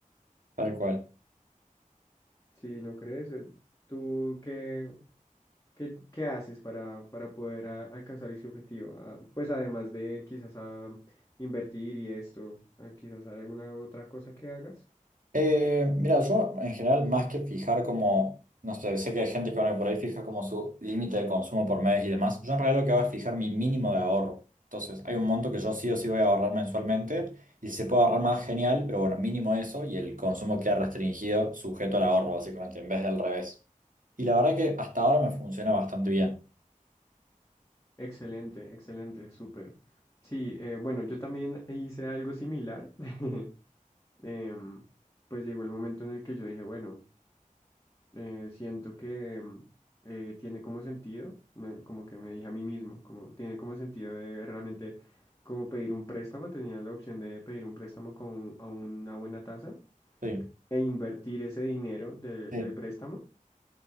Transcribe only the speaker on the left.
Si no crees, Eh, ¿tú qué, qué, qué haces para, para poder a- alcanzar ese objetivo? Ah, pues además de quizás a invertir y esto, ah, quizás hay alguna otra cosa que hagas.
Excelente, excelente, súper. Sí, eh, bueno, yo también hice algo similar. <laughs> Em, pues llegó el momento en el que yo dije, bueno, eh, siento que em, eh, tiene como sentido, me- como que me dije a mí mismo, como tiene como sentido de realmente como pedir un préstamo, tenía la opción de pedir un préstamo con, a una buena tasa
e invertir ese dinero de-
del préstamo.